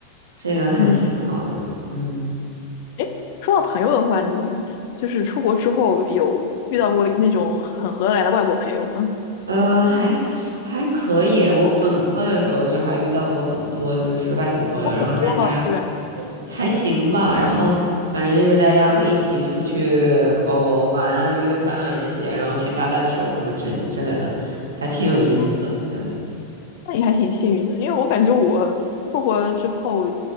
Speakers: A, on the right; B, on the left.
A: 这个还挺好的，
B: 嗯。
A: 嗯。
B: 哎，说到朋友的话，你就是出国之后有遇到过那种很合得来的外国朋友吗？
A: 呃，还还可以。我本科的时候就还遇到过很多就是外国朋友，
B: 有很多吗？
A: 然后大家
B: 居然？
A: 还行吧，然后反正就是大家会一起出去哦玩啊、约饭啊这些，然后去打打球什么之之类的，还挺有意思的。
B: 嗯，
A: 对，
B: 那你还挺幸运的，因为我感觉我出国之后，